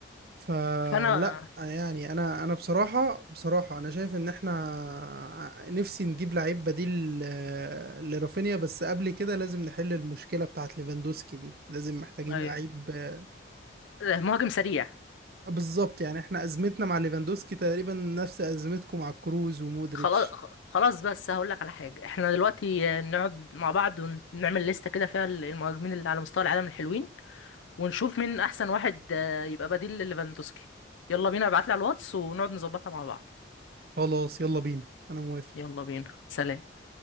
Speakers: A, on the right; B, on the left.
A: فلا
B: فانا
A: يعني انا انا بصراحه بصراحه انا شايف ان احنا ع- نفسي نجيب لعيب بديل آه، لرافينيا بس قبل كده لازم نحل المشكله بتاعت ليفاندوسكي دي لازم محتاجين
B: أيوة.
A: لعيب آه،
B: مهاجم سريع
A: بالظبط يعني احنا ازمتنا مع ليفاندوسكي تقريبا نفس ازمتكم مع كروز ومودريتش
B: خلاص خلاص بس هقول لك على حاجه احنا دلوقتي نقعد مع بعض ونعمل لستة كده فيها المهاجمين اللي على مستوى العالم الحلوين ونشوف مين احسن واحد آه، يبقى بديل لليفاندوسكي يلا بينا ابعت لي على الواتس ونقعد نظبطها مع بعض
A: خلاص يلا بينا انا موافق
B: يلا بينا سلام